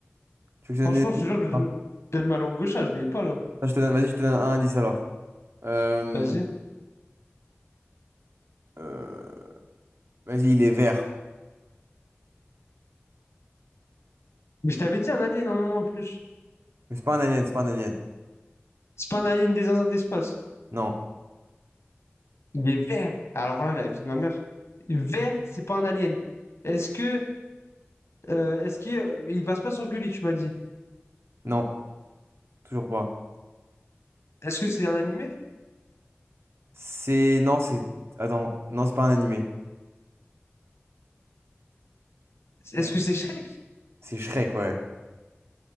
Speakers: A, on the right; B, on the left.
A: Tu veux que je te donne
B: Franchement,
A: des indices?
B: je te jure, je donne,
A: Non.
B: je donne ma langue gauche, ah, je l'ai pas là.
A: Non, je te donne, vas-y, je te donne un indice alors. Euh,
B: Vas-y.
A: euh, vas-y, il est vert.
B: Mais je t'avais dit un alien un moment en plus.
A: Mais c'est pas un alien, c'est pas un alien.
B: C'est pas un alien des zinzins de l'espace.
A: Non,
B: Il est vert. Alors là, la vie de ma mère. Vert, c'est pas un alien. Est-ce que Euh, est-ce qu'il euh, il passe pas sur Gulli, tu m'as dit?
A: non, toujours pas.
B: Est-ce que c'est un animé?
A: C'est, non, c'est, attends, non, c'est pas un animé.
B: Est-ce
A: Euh,
B: que c'est Shrek?
A: C'est Shrek, ouais.